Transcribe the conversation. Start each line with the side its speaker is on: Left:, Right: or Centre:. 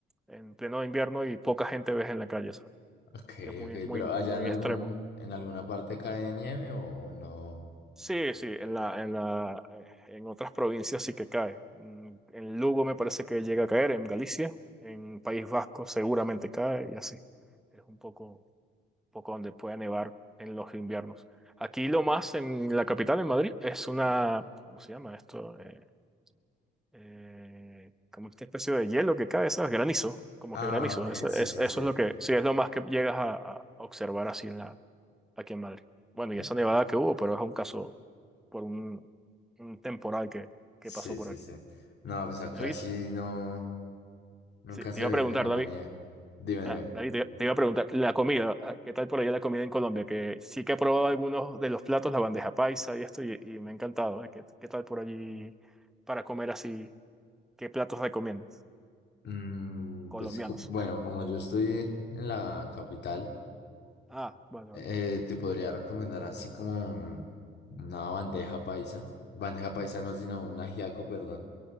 Centre: en pleno invierno y poca gente ves en la calle, ¿sabes?
Left: Ok,
Centre: Que es muy,
Left: ok,
Centre: muy,
Left: pero
Centre: muy
Left: allá en algún,
Centre: extremo.
Left: en alguna parte cae nieve o no?
Centre: Sí, sí, en la, en la, en otras provincias sí que cae. Mm, En Lugo me parece que llega a caer, en Galicia, en País Vasco seguramente cae y así. Es un poco, poco donde puede nevar en los inviernos. Aquí lo más en la capital, en Madrid, es una, ¿cómo se llama esto? Eh, eh, como esta especie de hielo que cae, ¿sabes? Granizo, como
Left: Ah,
Centre: que granizo.
Left: ok,
Centre: Eso,
Left: sí,
Centre: es-
Left: sí,
Centre: eso
Left: sí.
Centre: es lo que, sí, es lo más que llegas a, a observar así en la, aquí en Madrid. Bueno,
Left: Ok,
Centre: y esa nevada que hubo, pero es un caso por un, un temporal que, que
Left: Sí,
Centre: pasó por
Left: sí,
Centre: aquí.
Left: sí. No, pues acá
Centre: David,
Left: sí no, nunca
Centre: sí, te
Left: se
Centre: iba
Left: ve
Centre: a preguntar,
Left: como
Centre: David,
Left: la nieve. Dime,
Centre: ah,
Left: dime.
Centre: David, te, te iba a preguntar, la comida, ah, ¿qué tal por allá la comida en Colombia? Que sí que he probado algunos de los platos, la bandeja paisa y esto, y, y me ha encantado. ¿eh? ¿Qué, qué tal por allí para comer así? ¿Qué platos recomiendas?
Left: Mm,
Centre: Colombianos.
Left: pues co- bueno, como yo estoy en la capital.
Centre: Ah, vale,
Left: Eh,
Centre: vale.
Left: te podría recomendar así como una bandeja paisa. Bandeja paisa no, sino un ajiaco, perdón.